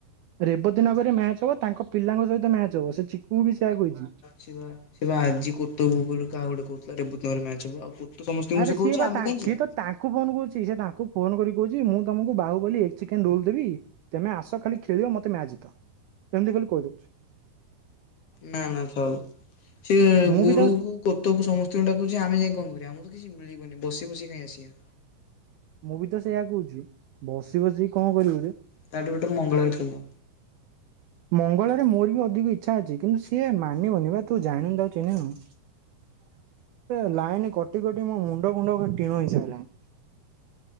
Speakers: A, on the right (about 80°); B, on the left (about 65°).
A: ରେବତୀ ନଗର ରେ ମ୍ୟାଚ ହବ। ତାଙ୍କ ପିଲାଙ୍କ ସହିତ ମ୍ୟାଚ ହବ, ସେ ଚିକୁ ବି ସେୟା କହିଛି।
B: ସିଏ ବା ସିଏ ବା ଆଜି <unintelligible> କାହାକୁ ଗୋଟେ କହୁଥିଲା ରେବତୀ ନଗରରେ ମ୍ୟାଚ ହବ ଆଉ <unintelligible>
A: ଆରେ
B: ସେ
A: ସିଏ
B: କହୁଛି
A: ବା
B: ଆମେ
A: ତା
B: କାହିଁ
A: ସିଏ
B: ଯିବା
A: ତ ତାଙ୍କ ଙ୍କୁ ଫୋନ କରୁଛି, ସିଏ ତାଙ୍କୁ ଫୋନ କରି କହୁଛି ମୁଁ ତମକୁ ବାହୁବଲି ଏଗ୍ ଚିକେନ ରୋଲ ଦେବି ତେମେ ଆସ ଖାଲି ଖେଳିବ, ମତେ ମ୍ୟାଚ ଜିତ, ଏମିତି ଖାଲି କହି ଦଉଛି।
B: ନା ନା ଥାଉ। ସେ
A: ମୁଁ
B: ଗୁରୁ
A: ବି ତାକୁ
B: କୁ କୋତ କୁ ସମସ୍ତଙ୍କୁ ଡାକୁଛି, ଆମେ ଯାଇ କଣ କରିବା। ଆମକୁ ତ କିଛି ମିଳିବନି ବସି ବସି କାଇଁ ଆସିବା।
A: ମୁଁ ବି ତ ସେଇଆ କହୁଛି, ବସି ବସି କଣ କରିବୁ ଯେ <unintelligible>
B: ତାଠୁ ବେଟର ମଙ୍ଗଳାରେ ଖେଳିବା
A: ମଙ୍ଗଳବାରେ ମୋର ବି ଅଧିକ ଇଚ୍ଛା ଅଛି କିନ୍ତୁ ସିଏ ମାନିବନି ବା ତୁ ଜାଣିନୁ ତାକୁ ଚିହ୍ନିନୁ। ସେ ଲାଇନ୍ କଟି-କଟି ମୋ ମୁଣ୍ଡ ଫୁଣ୍ଡ ଖାଲି ଟିଣ ହେଇ ସାରିଲାଣି।